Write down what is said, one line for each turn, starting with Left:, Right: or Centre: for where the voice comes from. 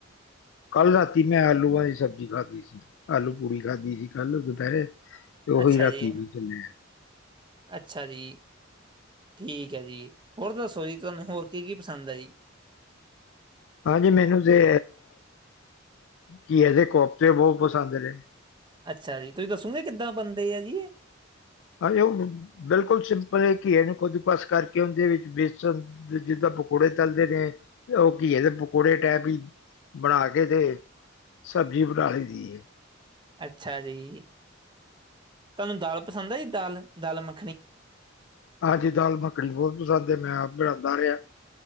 Left: ਕੱਲ ਰਾਤੀ ਮੈਂ ਆਲੂਆਂ ਦੀ ਸਬਜ਼ੀ ਖਾਧੀ ਸੀ। ਆਲੂ ਪੂੜੀ ਖਾਧੀ ਸੀ ਕੱਲ ਦੁਪਹਿਰੇ। ਤੇ ਉਹੀ
Right: ਅੱਛਾ
Left: ਰਾਤੀ
Right: ਜੀ,
Left: ਵੀ ਜ ਮੈਂ
Right: ਅੱਛਾ ਜੀ ਠੀਕ ਹੈ ਜੀ ਹੋਰ ਦੱਸੋ ਜੀ ਤੁਹਾਨੂੰ ਹੋਰ ਕੀ ਕੀ ਪਸੰਦ ਹੈ ਜੀ।
Left: ਹਾਂਜੀ। ਮੈਨੂੰ ਤੇ ਕੀ ਘਿਏ ਦੇ ਕੋਫਤੇ ਬਹੁਤ ਪਸੰਦ ਨੇਹੇ
Right: ਅੱਛਾ ਜੀ। ਤੁਸੀਂ ਦੱਸੋਗੇ ਕਿੱਦਾਂ ਬੰਦੇ ਆ ਜੀ ਇਹ
Left: ਹਾਂ ਉਹ ਬਿਲਕੁਲ ਸਿੰਪਲ ਘੀਏ ਨੂੰ ਖੁਦਕਸ ਕਰਕੇ ਉਹਦੇ ਵਿੱਚ ਬੇਸਣ ਦੇ ਜਿੱਦਾਂ ਪਕੌੜੇ ਤਲਦੇ ਨੇ ਉਹ ਘੀਏ ਦੇ ਪਕੌੜੇ ਟੈਪ ਹੀ ਬਣਾ ਕੇ ਤੇ ਸਬਜ਼ੀ ਬਣਾ ਲਈ ਦੀਏ
Right: ਅੱਛਾ ਜੀ ਤੁਹਾਨੂੰ ਦਾਲ ਪਸੰਦ ਆ ਜੀ ਦਾਲ, ਦਾਲ ਮ
Left: ਹਾਂਜੀ। ਦਾਲ ਮੱਖਣੀ ਬਹੁਤ ਪਸੰਦ ਹੈ। ਮੈਂ ਆਪ ਬਣਾਂਦਾ ਰਿਹਾ